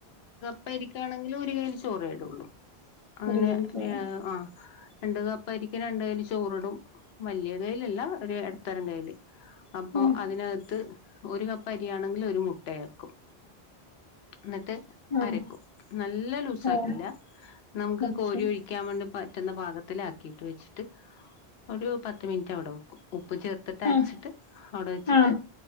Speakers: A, on the left; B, on the left.
A: പ്പരിക്കാണെങ്കില് ഒരു കൈല് ചോറെടുള്ളൂ അങ്ങനെ
B: ഒരു കിലോ ചോറ്
A: ആ രണ്ട് കപ്പ് അരിക്ക് രണ്ട് കയ്യില് ചോറിടും വലിയ കയ്യിലല്ല ഒരു ഇടത്തരം കൈയില് അപ്പൊ
B: ആഹ്
A: അതിനകത്ത് ഒരു കപ്പ് അരിയാണെങ്കിൽ ഒരു മുട്ട ചേർക്കും നിർ ട്ട്
B: ആഹ്
A: അരക്കും നല്ല ലൂസ സാക്കില്ല
B: ആഹ്
A: നമുക്ക്
B: കൊറച്ച്
A: കോരി ഒഴിക്കാൻ വേൺ പറ്റുന്ന ഭാഗത്തിലാക്കിട്ട് വെച്ചിട്ട് ഒരു പത്ത് മിനിറ്റ് അവിടെ വെക്കും ഉപ്പ് ചേർത്തിട്ട് അരച്ചിട്ട്
B: ആഹ്
A: അവിടെ വെച്ചിട്ട്
B: ആഹ്